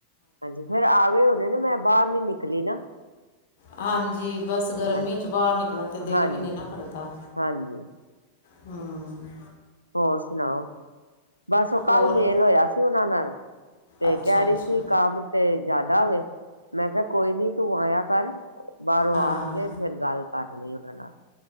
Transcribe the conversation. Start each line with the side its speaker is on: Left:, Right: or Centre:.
Right: ਹਾਂਜੀ ਫੇਰ ਆ ਗਏ ਹੋਣੇ ਨਾ ਮੈਂ ਬਾਹਰ ਨੀ ਨਿਕਲੀ ਨਾ
Left: ਹਾਂਜੀ ਬਸ ਗਰਮੀ
Right: ਹਾਂਜੀ
Left: ਚ ਬਾਹਰ ਨਿਕਲਣ ਤੇ ਦਿਲ
Right: ਹਾਂਜੀ
Left: ਵੀ ਨੀ ਨਾ ਕਰਦਾ
Right: ਹਾਂਜੀ
Left: ਹੂੰ
Right: ਹੋਰ ਸੁਣਾਓ ਬਸ ਉਹ
Left: ਹੋਰ
Right: ਕੱਲ ਮੇਲ ਹੋਇਆ ਸੀ ਉਹਨਾਂ ਨਾਲ ਤੇ
Left: ਅੱਛਾ
Right: ਕਹਿ
Left: ਅੱਛਾ
Right: ਰਹੀ ਸੀ ਕੰਮ ਤੇ ਜ਼ਿਆਦਾ ਹੋਵੇ ਮੈਂ ਕਿਹਾ ਕੋਈ ਨੀ ਤੂੰ ਆਇਆ ਕਰ ਬਾਹਰੋਂ
Left: ਹਾਂ
Right: ਆ <unintelligible> ਫਿਰ ਗੱਲ ਕਰ ਲਈ ਉਹਨਾਂ ਨਾਲ